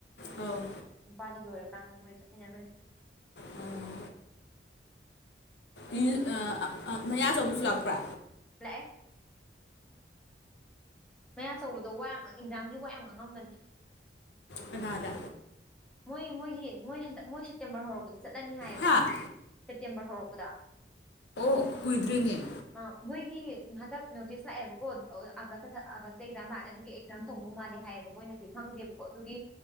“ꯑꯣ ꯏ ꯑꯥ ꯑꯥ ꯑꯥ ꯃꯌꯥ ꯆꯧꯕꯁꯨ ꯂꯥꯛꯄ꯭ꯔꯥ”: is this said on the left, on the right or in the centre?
Left